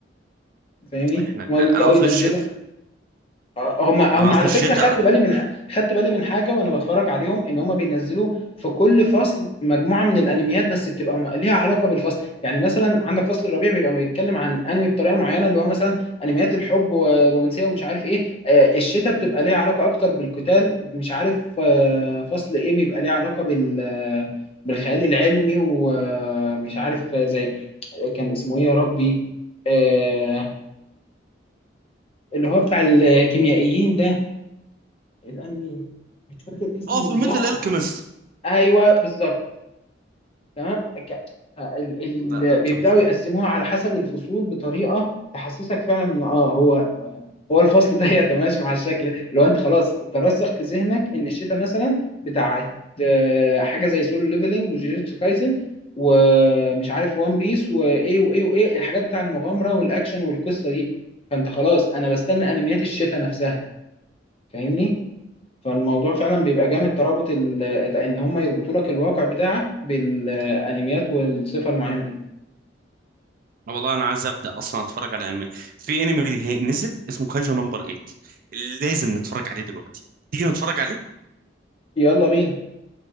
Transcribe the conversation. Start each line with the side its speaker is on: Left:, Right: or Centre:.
Left: فاهمني؟
Right: احنا لا،
Left: ان هو بيبداوا
Right: انا قصدي
Left: ينزلوا
Right: الش
Left: آه، هم هم
Right: انا قصدي
Left: على
Right: الشتاء
Left: فكره خدت بالي من ح- خدت بالي من حاجه وانا بتفرج عليهم ان هم بينزلوا في كل فصل مجموعه من الانميات بس بتبقى م- ليها علاقه بالفصل يعني مثلا عندك فصل الربيع بيبقى بيتكلم عن انمي بطريقه معينه اللي هو مثلا انميات الحب ورومانسيه ومش عارف ايه آه، الشتاء بتبقى ليها علاقه اكتر بالقتال مش عارف آه، فصل ايه بيبقى ليه علاقه بال آه، بالخيال العلمي ومش عارف آه، زي كان اسمه ايه يا ربي آه، اللي هو بتاع الكيميائيين ده الانمي مش فاكر اسمه
Right: اه في
Left: بالظبط
Right: ميتال الكيمست
Left: ايوه بالظبط تمام ك- ال... ال...
Right: ده ده
Left: بيبداوا
Right: تحفه
Left: يقسموها على حسب الفصول بطريقه تحسسك فعلا ان اه هو هو الفصل <laughs> ده يتماشى مع الشكل لو انت خلاص ترسخ في ذهنك ان الشتاء مثلا بتاعت آه، حاجه زي سولو ليفلنج وجوجيتسو كايسن ومش عارف وان بيس وايه وايه وايه الحاجات بتاع المغامره والاكشن والقصه دي فانت خلاص انا بستنى انميات الشتاء نفسها فاهمني فالموضوع فعلا بيبقى جامد ترابط ال... ان هم يربطوا لك الواقع بتاعك بالانميات والصفة المعينة دي
Right: والله انا عايز ابدا اصلا اتفرج على انمي في انمي نزل اسمه كاجو نمبر 8 لازم نتفرج عليه دلوقتي تيجي نتفرج عليه
Left: يلا بينا